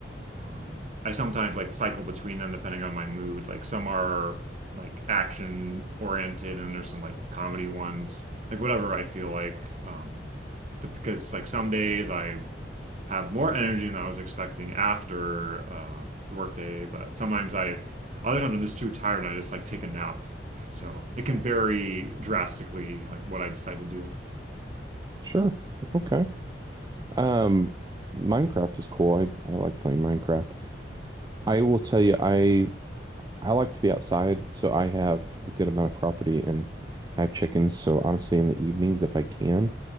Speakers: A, on the right; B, on the right.
A: um, I sometimes like cycle between them depending on my mood. Like some are like action oriented, and there's some like comedy ones. Like whatever I feel like. Um, the, because like some days I have more energy than I was expecting after uh, the workday. But sometimes I, other times I'm just too tired and I just like take a nap. So it can vary drastically, like what I decide to do.
B: Sure. Okay. Um, Minecraft is cool. I, I like playing Minecraft. I will tell you, I I like to be outside, so I have a good amount of property and I have chickens. So honestly, in the evenings, if I can,